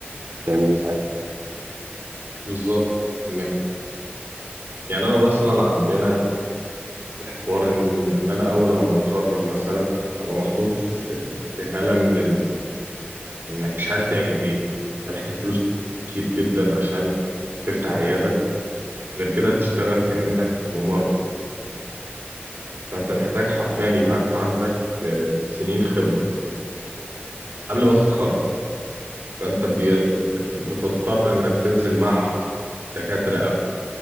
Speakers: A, on the right; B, on the right.
A: هتعمل ايه ساعتها
B: بالظبط إنك يعني انا مثلا عندنا في حوار ان ان انا اول لما اتخرج مثلا ابقى محطوط في في حاله من ال... من انك مش عارف تعمل ايه انت محتاج فلوس كتير جدا عشان تفتح عياده غير كده تشتغل كانك ممرض فانت محتاج حرفيا يبقى انت عندك آه، سنين خبره قبل ما تتخرج فانت بيت... بت... بتضطر انك تنزل مع دكاتره